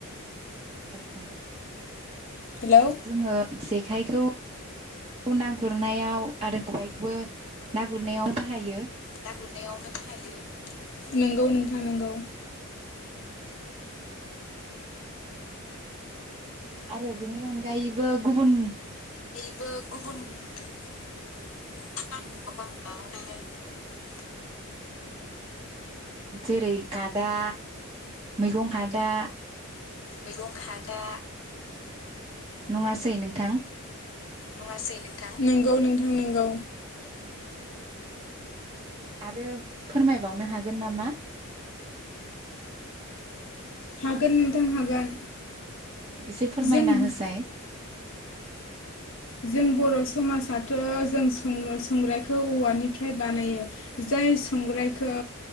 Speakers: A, on the right (about 25°); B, on the left (about 60°).
A: औ हागोन
B: हेलौ
A: जोङो जेखायखौ खौ ना गुरनायाव आरो खबाइखौबो ना गुरनायाव बाहायो
B: ना गुरनायावनो बाहायो नंगौ नोंथां नोंगौ
A: औ आरो बेनि अनगायैबो गुबुन
B: <unintelligible>
A: जेरै खादा मैगं खादा
B: मैगं खादा
A: नङासै नोंथां
B: नङासै नोंथां नोंगौ नोंथां नोंगौ
A: औ आरो फोरमायबावनो हागोन नामा?
B: हागोन नोंथां हागोन
A: एसे फोरमायना
B: जों
A: होसाय
B: जों बर' समाजाथ' जों संग्रायखौ औवानिफ्राय बानायो जाय संग्रायखौ